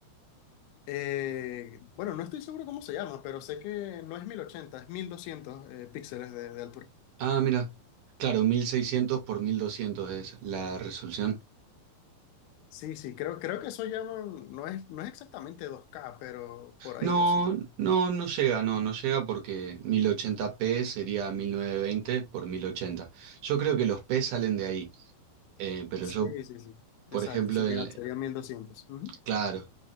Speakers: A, on the left; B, on the right.
A: Eh, bueno, no estoy seguro cómo se llama, pero sé que no es 1080, es 1200 eh, píxeles de, de altura.
B: Ah, mira. Claro, 1600 por 1200 es la resolución.
A: Sí, sí, creo, creo que eso llaman, no es, no es exactamente dos k pero por ahí,
B: No,
A: o sí.
B: no, no llega, no, no llega porque mil ochenta p sería 1920 por 1080. Yo creo que los P salen de ahí, eh, pero
A: Sí,
B: yo,
A: sí, sí. Exacto,
B: por ejemplo,
A: sería,
B: en,
A: sería 1200. Ujú.
B: claro,